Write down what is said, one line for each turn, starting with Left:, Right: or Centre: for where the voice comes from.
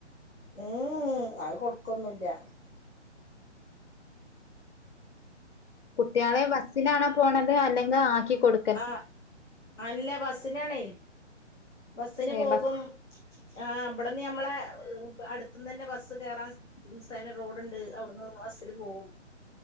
Centre: ഉമ് ഉമ് അത് കൊട്ക്കൊന്നുല്ല്യ.
Left: കുട്യാളെ ബസ്സിലാണൊ പോണത് അല്ലങ്കെൽ ആക്കികൊടു
Centre: ആഹ് അല്ല ബസ്സിനാണേ ബസ്സിന്
Left: ഏ
Centre: പോകും.
Left: ബസ്
Centre: ആഹ് ബട്ന്ന് ഞമ്മളെ അടുത്ത്ന്നന്നെ ബസ്സ് കേറാൻ ഉമ് സെല റോഡ്ണ്ട്. അവ്ട്ന്ന് ബസ്സില് പോകും.